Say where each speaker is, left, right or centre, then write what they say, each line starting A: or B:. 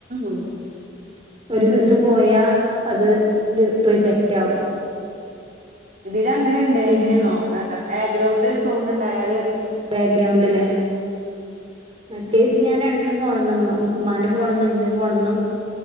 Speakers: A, on the right (about 45°); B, on the right (about 30°).
A: ഉം
B: ഒരു ഇത് പോയാ അത് റിജക്റ്റ ആകും
A: ഇതില അങ്ങനെണ്ട്
B: പിന്നെ
A: എങ്ങനെന്നോ ബാഗ്രൗണ്ട് സൗണ്ട് ഇണ്ടായല്
B: ബാഗ്രൗണ്ട്ല്ലേ മറ്റെ ഞാൻ രണ്ട് ഫോണന്നും ഉമ്മാന്റെ ഫോണന്നും ഇന്റെ ഫോണന്നും